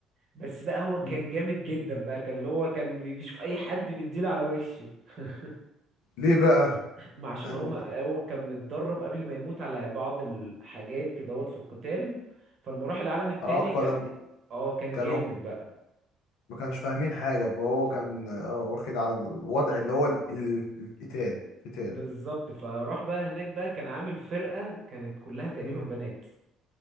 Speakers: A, on the right; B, on the left.
A: بس بقى هو كان
B: مم.
A: جامد جدا بقى كان اللي هو كان بي- بيشوف اي حد بيديله على وشه <laughs>
B: ليه بقى
A: ما عشان
B: يعني-
A: هو ما هو كان متدرب قبل ما يموت على بعض الحاجات كده هوت في القتال فلما راح العالم التاني
B: اه
A: كان
B: فلم
A: اه كان
B: كان
A: جامد
B: هو
A: بقى
B: ما كانش فاهمين حاجة فهو كان اه واخد على الوضع اللي هو ال- ال- القتال قتال
A: بالظبط فراح بقى هناك بقى كان عامل فرقة كانت كلها تقريبا
B: مم.
A: بنات